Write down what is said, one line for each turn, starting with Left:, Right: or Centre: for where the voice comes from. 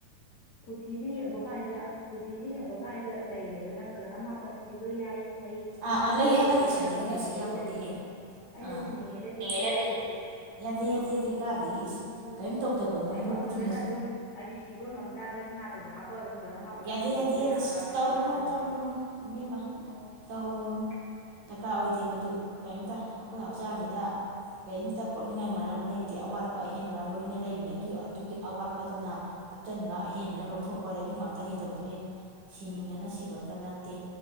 Left: ꯀꯣꯊꯤꯁꯦ ꯌꯦꯡꯕ ꯀꯥꯟꯁꯤꯗ ꯀꯣꯊꯤꯁꯦ ꯌꯦꯡꯕ ꯀꯥꯟꯁꯤꯗ ꯂꯩꯅꯦꯕ ꯅꯪ ꯒ꯭ꯔꯍꯥ ꯃꯥꯄꯟꯁꯤ ꯁꯤꯕ ꯌꯥꯏ ꯐꯩ
Right: ꯑꯥ ꯑꯥ
Left: ꯑꯗꯨ
Right: ꯂꯩꯍꯦ
Left: ꯇꯧꯗꯦ
Right: ꯅꯪꯅ
Left: ꯑꯗꯥ
Right: ꯁꯤꯅꯤꯡꯉꯦꯒ
Left: ꯇꯧꯗꯦ
Right: ꯁꯤ
Left: ꯍꯥꯏꯕꯁꯦ
Right: ꯌꯥꯄꯣꯠꯇꯦꯍꯦ
Left: ꯂꯩꯔꯤꯅꯦꯕ ꯑꯩꯅ
Right: ꯑꯥ
Left: ꯁꯤꯅꯤꯡꯉꯦ ꯅꯠꯇꯦ
Right: ꯌꯥꯗꯦ
Left: ꯁꯤ ꯌꯥꯝ ꯅꯠꯇꯦꯕ
Right: ꯌꯥꯗꯦ ꯌꯥꯗꯦ ꯀꯥꯏꯗꯒꯤ ꯏꯁ
Left: ꯑꯣ
Right: ꯀꯔꯤꯝ ꯇꯧꯗꯕ ꯅꯪꯕꯨ
Left: ꯑꯩ ꯋꯥꯈꯟꯗꯅ
Right: ꯆꯨꯝꯅ
Left: ꯑꯗꯨꯝ ꯍꯥꯏꯗꯤ ꯁꯤꯕ ꯉꯝ ꯇꯥꯔꯗꯤ ꯁꯅꯥꯇꯒ ꯍꯥꯞꯄꯒ ꯑꯗꯨꯝ ꯒ꯭ꯔꯍ ꯃꯥꯄꯜꯗꯨ
Right: ꯌꯥꯗ
Left: ꯁꯤꯗꯣꯛꯄ
Right: ꯌꯥꯗꯤ ꯌꯥꯗꯤ
Left: ꯌꯥꯕ꯭ꯔꯥ
Right: ꯁꯤ
Left: ꯈꯣꯠꯄ꯭ꯔꯥ
Right: ꯇꯧꯔꯨꯅꯨ
Left: ꯈꯟꯕ
Right: ꯇꯧꯔꯨꯅꯣ ꯃ
Left: ꯑꯣ
Right: ꯇꯧꯔꯨꯅ ꯗꯔꯀꯥꯔ ꯑꯣꯏꯗꯦ ꯃꯗꯨ ꯀꯔꯤꯝꯇ ꯑꯩꯈꯣꯏ ꯍꯛꯆꯥꯡꯁꯤꯗ ꯀꯔꯤꯝꯇ ꯄꯣꯛꯅꯤꯡꯉꯥꯏ ꯃꯔꯝ ꯂꯩꯇꯦ ꯑꯋꯥꯠꯄ ꯑꯍꯦꯟꯕ ꯂꯣꯏꯅ ꯂꯩꯕꯅꯤ ꯑꯗꯨ ꯑꯗꯨꯒꯤ ꯑꯋꯥꯠꯄꯗꯨꯅ ꯍꯥꯞꯆꯤꯟꯕ
Left: ꯎꯝ
Right: ꯑꯍꯦꯟꯕꯅ ꯂꯧꯊꯣꯛꯄ ꯑꯗꯨ ꯉꯥꯛꯇꯅꯤ ꯇꯧꯗꯣꯏꯌꯦ ꯁꯤꯅꯤꯡꯗꯅ
Left: ꯎꯝ
Right: ꯁꯤꯕ ꯑꯝꯇ ꯅꯠꯇꯦ